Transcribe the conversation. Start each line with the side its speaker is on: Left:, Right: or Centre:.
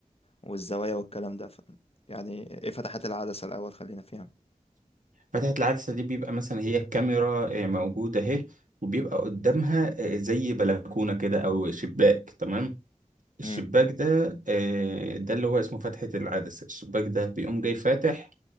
Left: والزوايا والكلام ده ف... يعني ايه فتحات العدسة الأول خلينا فيها
Right: فتحة العدسة دي بيبقى مثلا هي الكاميرا آه، موجودة أهي وبيبقى قدامها آه، زي بلكونة كده أو شباك تمام؟ الشباك
Left: مم.
Right: ده آه، ده اللي هو اسمه فتحة العدسة الشباك ده بيقوم جاي فاتح